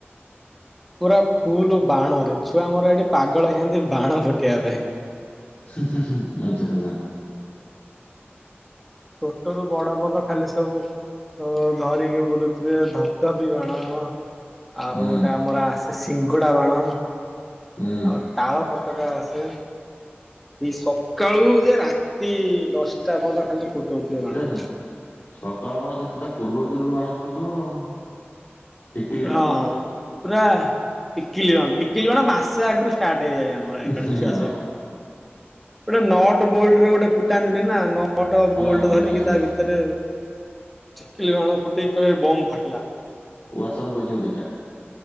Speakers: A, in the centre; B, on the left (about 50°).
A: ପୁରା ଫୁଲ ଓ ବାଣ ରେ ଛୁଆ ମୋର ଏଠି ପାଗଳହେଇଯାନ୍ତି ବାଣ ଫୁଟେଇବା ପାଇଁ।
B: <unintelligible> ଆଚ୍ଛା ଆଚ୍ଛା।
A: ଛୋଟରୁୁ ବଡ ପଯନ୍ତ ଖାଲି ସବୁ ତ ଧରିକି ବୁଲୁଥିବେ ଧବଧ ବି ଵାଣ। ଆଉ
B: ହୁଁ
A: ଗୋଟେ ଆମର ଆସେ ସିଙ୍ଗଡା ବାଣ
B: ହୁଁ ହୁଁ
A: ଆଉ ତାଳ ଫଟ ଟକା ଆସେ। ସକାଳୁ ଯେ ରାତି ଦଶଟା ପର୍ଯ୍ୟନ୍ତ ଖାଲି ଫୁଟଉଥିବେ ଵାଣ।
B: ଏ ହେ ସକାଳ କ ସେତ ତା ପୂର୍ବ ଦିନରୁ ବାଣ ଫୁଟୁଥିବ ଆଉ। ଟିକିଲି ବାଣ
A: ହଁ ହଁ ପୁରା ଟିକିଲି କଣ ଟିକିଲି କଣ ମାସେ ଆଗରୁ ଷ୍ଟାର୍ଟ ହେଇଯାଏଣି। ମରଡେ
B: ହଁ
A: ଛୁଆ
B: ହଁ
A: ଗୋଟେ ନଟ ବୋଲଡରେ ଗୋଟେ ଫୁଟାନ୍ତିନି ନା ଛୋଟ ବୋଲ୍ଟ
B: ହଁ
A: ଧରିକି
B: ବାସ୍ ବାସ୍
A: ତା ଭିତରେ ଚିଲ ଅଣ ଫୁଟ କ ବମ୍ ଫାଟିଲା।
B: ୱାସର ପଥିବ ଦିଟା।